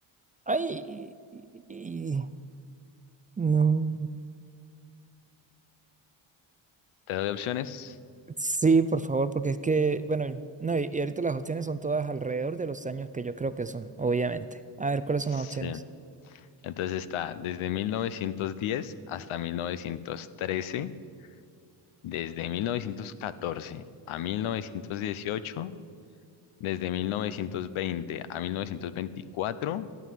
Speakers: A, on the right; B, on the left.
A: Ay, y- y- y- no.
B: ¿Te doy opciones?
A: Sí, por favor, porque es que, bueno, no, y, y ahorita las opciones son todas alrededor de los años que yo creo que son, obviamente. A ver, ¿cuáles
B: Sí.
A: son las opciones?
B: Entonces está desde 1910 hasta 1913, desde 1914 a 1918. desde 1920 a 1924